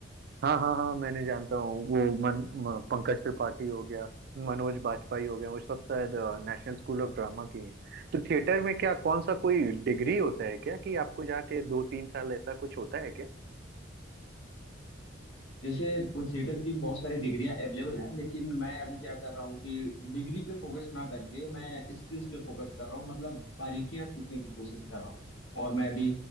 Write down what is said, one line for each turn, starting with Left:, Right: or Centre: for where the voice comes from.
Right: हाँ हाँ हाँ मैंने जानता हूँ वो मन म, पंकज त्रिपाठी हो गया मनोज बाजपेयी हो गया वो सब शायद नेशनल स्कूल ऑफ ड्रामा के हैं तो थिएटर में क्या कौन सा कोई डिग्री होता है क्या कि आपको जाके दो तीन साल ऐसा कुछ होता है क्या
Left: जैसे थिएटर की भी बहुत सारी डिग्रियां अवेलेबल हैं लेकिन मैं अभी क्या कर रहा हूँ कि डिग्री पे फोकस ना करके मैं स्किल्स पे फोकस कर रहा हूँ मतलब बारीकियां सीखने की कोशिश कर रहा हूँ और मैं अभी